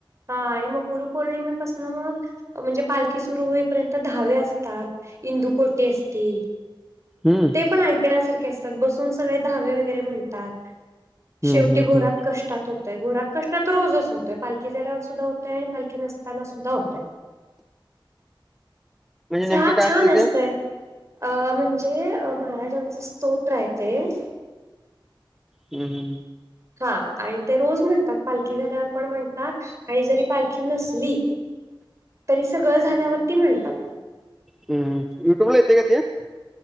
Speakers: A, on the right; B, in the centre.
A: हां आणि मग गुरुपौर्णिमेपासून मग- म्हणजे पालखी सुरू होईपर्यंत धावे असतात इंदुकोटे असती-
B: हुं-
A: ते पण ऐकण्यासारखे असतात बसून सगळे धहावे वगैरे म्हणतात शेवटी
B: हम्म हम्म
A: घोरात
B: हम्म
A: कष्टात- होतय घोरात कष्टात तर रोजच होतय पालखी झाल्यावर सुद्धा होतयं आणि पाली नसताना सुद्धा होतयं.
B: म्हणजे नेमकं
A: चहा
B: काय
A: छान
B: असतंय
A: असतयं-
B: ते
A: अं म्हणजे महाराजांचा स्तोत्र आहे ते-
B: हुं हुं-
A: हां आणि ते रोज म्हणतात पालखी झाल्यावर पण म्हणतात आणि जरी पालखी नसली- तरी सगळं झाल्यावरती म्हणतात.
B: हुं युट्यूबला येतेयं का ते?